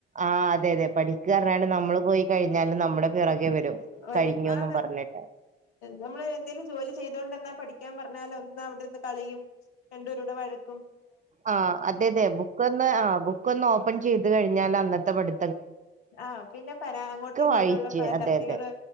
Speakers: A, on the right; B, on the left.
A: ആ അതെതെ പഠിക്ക കാരണാണ് നമ്മള് പോയി കഴിഞ്ഞാലും നമ്മുടെ പിറകെ വരും
B: വരും
A: കഴിഞ്ഞൂന്നും
B: ആന്ന്
A: പറഞ്ഞിട്ട്
B: നമ്മള് എന്തേലും ജോലി ചെയ്തൊണ്ട്ന്നാ പഠി ക്കാൻ പറഞ്ഞാലൊന്ന് അവിടിരുന്ന് കളിയും രണ്ടുപേരൂടെ വഴക്ക്
A: ആ അതെതെ ബുക്ക് ഒന്ന് ആ ബുക്ക് ഒന്ന് ഓപ്പൺ ചെയ്ത് കഴിഞ്ഞാൽ അന്നത്തെ പഠി
B: ആ പിന്നെ പരാ അങ്ങോട്ടും ഇങ്ങോട്ടുമുള്ള
A: വായിച്ച്
B: പരാതികള്
A: അതെ അതെ